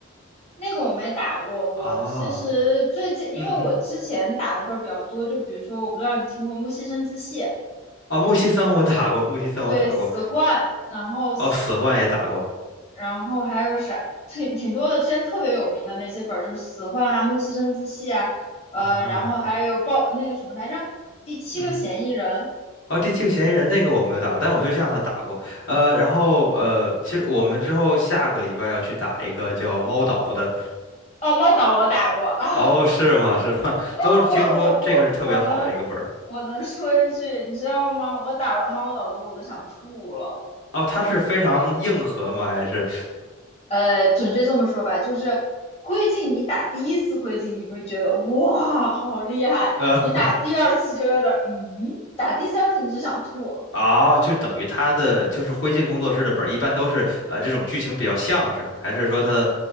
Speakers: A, on the left; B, on the left.
A: 那个我没打过。
B: 啊，
A: 我其实最近因为我之前打的本儿比较多，
B: 嗯嗯，
A: 就比如说我不知道你听过《木西生之戏》，
B: 哦，木西森我打过，木西森我打过，
A: 对，死幻，然后死。
B: 哦，死幻也打过
A: 然后还有啥，挺挺多的。之前特别有名的那些本儿，就是《死患》啊、《木西生自戏》啊，呃，
B: 啊，
A: 然后还有报那个什么来着，《第七个嫌疑人》
B: 嗯。哦，第七个嫌疑人那个我没有打过，但我对象他打过。呃，然后呃，其实我们之后下个礼拜要去打一个叫猫岛的。
A: 哦，《猫岛》我打过啊，
B: 哦，是吗？<laughs> 是吗？<laughs>
A: 哦，
B: 都是听说这个是特别好的一个本儿。
A: 我我我我能我能说一句，你知道吗？我打完《猫岛》之后我都想吐了。
B: 哦，它是非常硬核吗？还是
A: 呃，准确这么说吧，就是灰烬，你打第一次灰烬，你会觉得哇，好厉害；
B: 呃
A: 你打第二次就有点儿嗯，打第三次你就想吐。
B: 啊、就等于它的就是灰烬工作室的本儿，一般都是呃这种剧情比较像是吗？还是说它的